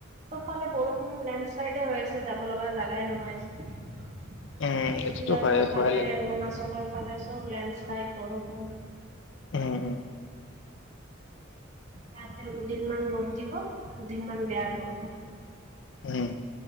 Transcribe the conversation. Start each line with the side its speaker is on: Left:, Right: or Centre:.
Right: চবফালে বৰষুণ লেণ্ড শ্লাইডে হৈ আছে যাব লগা জেগাই নোহোৱা হৈছে।
Left: উম
Right: শ্বিলঙৰ
Left: এইটোতো হয়
Right: ফালে
Left: ভয়ে লাগে
Right: অৰুণাচলৰ ফালে চব লেণ্ডছ্লাইড, বৰষুণ
Left: উম উম।
Right: ইয়াতেয়ো দুদিনমান ৰ'দ দিব, দুদিনমান বেয়া বৰষুণ।
Left: উম।